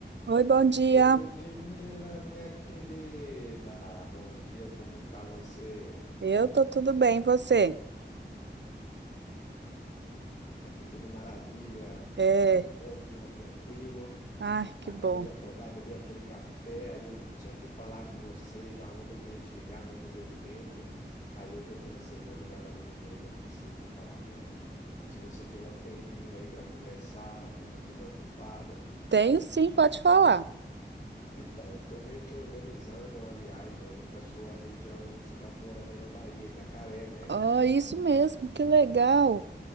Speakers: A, on the right; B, on the left.
A: Oi, bom dia.
B: Oi, Ludmila, minha querida. Bom dia, como tá você?
A: Eu tô tudo bem, e você?
B: Aqui tudo maravilha,
A: É,
B: tempo bom, clima tranquilo.
A: ai, que
B: Acabei
A: bom.
B: de acordar, bebi aquele café, aí eu tinha que falar com você. Já ontem eu queria te ligar, mas não deu tempo. Aí hoje eu pensei, vou ligar na Ludmila que eu preciso de falar com ela. Se você tiver um tempinho aí para conversar ou não tiver ocupada.
A: Tenho sim, pode falar.
B: Então, eu tô meio que organizando uma viagem aí para sua região onde você tá morando aí na Bahia, Itacaré, né?
A: Oh, isso mesmo, que legal.